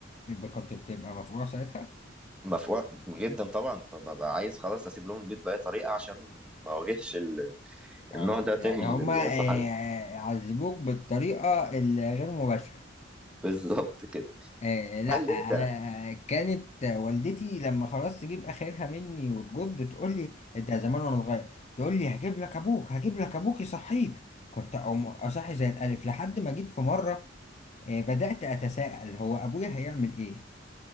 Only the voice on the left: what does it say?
يبقى كنت بتبقى مفجوع ساعتها
اه
يعني هما
إيه عذبوك بالطريقة الغير مباشرة
آه لا
انا كانت والدتي لما خلاص تجيب اخرها مني وتجد تقول لي انت زمان وانا صغير تقول لي هجيب لك ابوك هجيب لك ابوك يصحيك كنت اقوم اصحي زي الالف لحد ما جيت في مره آه بدات اتساءل هو ابويا هيعمل ايه